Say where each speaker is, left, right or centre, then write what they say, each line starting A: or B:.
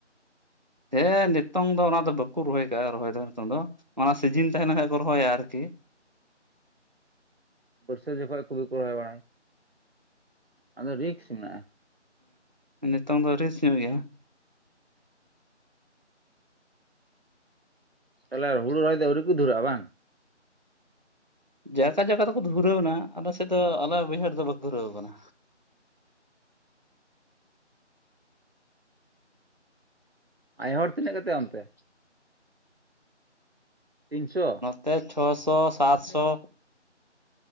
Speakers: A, on the right; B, on the right.
A: ᱦᱮᱸ ᱱᱤᱛᱚᱝ ᱫᱚ ᱚᱱᱟ ᱫᱚ ᱵᱟᱠᱚ ᱨᱚᱦᱚᱭ ᱠᱟᱜ-ᱟ ᱨᱚᱦᱚᱭ ᱫᱚ ᱱᱤᱛᱚᱝ ᱫᱚ ᱚᱱᱟ ᱥᱤᱡᱤᱱ ᱛᱟᱦᱮᱸ ᱞᱮᱱ ᱠᱷᱟᱱᱡ ᱠᱚ ᱨᱚᱦᱚᱭᱟ ᱟᱨᱠᱤ
B: ᱵᱟᱹᱨᱥᱟᱹ ᱡᱚᱠᱷᱚᱡ ᱠᱩᱞᱩ ᱠᱚ ᱨᱚᱦᱚᱭ ᱵᱟᱲᱟᱭ᱾ ᱟᱫᱚ ᱨᱤᱠᱥ ᱢᱮᱱᱟᱜ-ᱟ᱾
A: ᱦᱮᱸ ᱱᱤᱛᱚᱝ ᱫᱚ ᱨᱮᱥ ᱧᱚᱜ ᱜᱮᱭᱟ᱾
B: ᱛᱟᱦᱚᱞᱮ ᱦᱩᱲᱩ ᱨᱚᱦᱚᱭ ᱫᱚ ᱟᱣᱨᱤ ᱠᱚ ᱫᱷᱩᱨᱟᱹᱜ-ᱟ ᱵᱟᱝ?
A: ᱡᱟᱭᱥᱟ ᱡᱟᱜᱟ ᱫᱚᱠᱚ ᱫᱷᱩᱨᱟᱹᱣ ᱮᱱᱟ᱾ ᱟᱞᱮ ᱥᱮᱫ ᱫᱚ ᱟᱞᱮ ᱵᱟᱹᱭᱦᱟᱹᱲ ᱫᱚ ᱵᱟᱠᱚ ᱫᱷᱩᱨᱟᱹᱣ ᱟᱠᱟᱱᱟ᱾
B: ᱟᱭᱳ ᱦᱚᱲ ᱛᱤᱱᱟᱹᱜ ᱠᱟᱛᱮ ᱚᱱᱛᱮ? ᱛᱤᱱᱥᱚ
A: ᱛᱮ ᱪᱷᱚᱥᱚ ᱥᱟᱛᱥᱚ